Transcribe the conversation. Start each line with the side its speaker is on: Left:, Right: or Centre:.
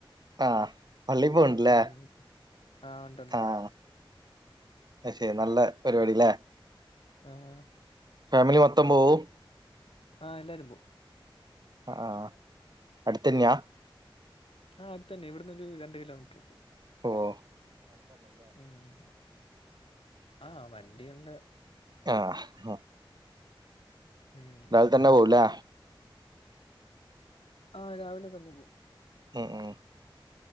Right: ആഹ് പള്ളീ പോവണ്ട് ല്ലേ
Left: ഉം. ആ ഉണ്ടുണ്ടുണ്ട്.
Right: ആഹ് അത് ശരി നല്ല പരിപാടി ല്ലേ
Left: ആഹ്
Right: ഫാമിലി മൊത്തം പോവും
Left: ആഹ് എല്ലാരും പോവും
Right: ആഹ് അടുത്ത് തന്നെയാ
Left: ആഹ് അടുത്ത് തന്നെ ഇവിടുന്ന് ഒരു രണ്ട് കിലോമീറ്റർ ഉള്ളൂ
Right: ഓഹ്
Left: ഉം ആഹ് വണ്ടിയുണ്ട്
Right: ആഹ് ആഹ്
Left: ഉം.
Right: രാവിലെ തന്നെ പോവും ല്ലേ
Left: ആഹ് രാവിലെ തന്നെ പോവും
Right: ഉം ഉം